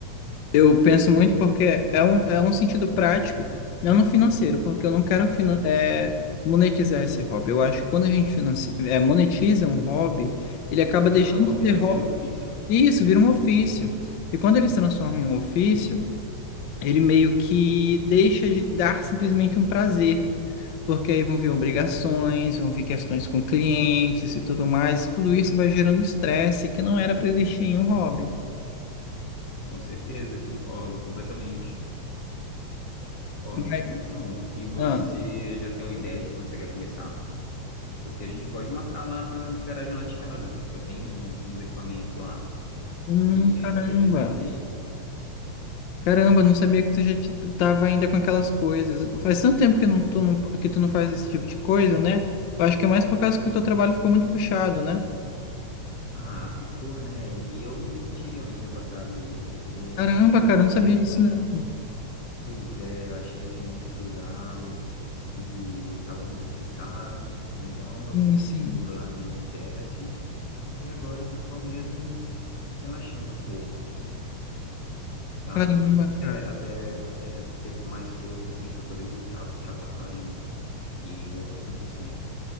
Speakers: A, on the left; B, on the left.
A: eu penso muito porque é um, é um sentido prático, não no financeiro, porque eu não quero finan- é, monetizar esse hobby. Eu acho que quando a gente financia, é, monetiza um hobby, ele acaba
B: Já
A: deixando
B: não é hobby,
A: de ser
B: né?
A: hobby
B: Vira um ofício.
A: Isso, vira um ofício. E quando ele se transforma em um ofício, ele meio que deixa de dar simplesmente um prazer, porque aí vão vir obrigações, vão vir questões com clientes e tudo mais, e tudo isso vai gerando estresse que não era para existir em um hobby.
B: Com certeza, concordo completamente, concordo.
A: Mas,
B: Então, e você
A: ah,
B: já tem uma ideia de quando você quer começar? Porque a gente pode marcar lá na garagem lá de casa. Eu tenho um- uns equipamentos lá
A: hum,
B: e
A: caramba.
B: aí daria pra gente fazer isso.
A: Caramba, não sabia que tu já te- tava ainda com aquelas coisas. Faz tanto tempo que não, tu não, que tu não faz esse tipo de coisa, né? Eu acho que é mais por causa que o teu trabalho ficou muito puxado, né?
B: Ah, ficou, né? E eu me demiti há um tempo atrás aí, porque
A: Caramba,
B: não queria
A: cara,
B: viver
A: eu não sabia disso
B: com isso.
A: não.
B: Pois é, eu achei assim muito pesado e tava muito estressado. Então eu
A: Sim,
B: pedi
A: sim.
B: o seguro lá no INSS e agora eu tô só mesmo relaxando um pouco, sabe?
A: Caramba,
B: Assim,
A: cara.
B: até até até ter mais força assim para poder voltar pro trabalho e voltar 100%.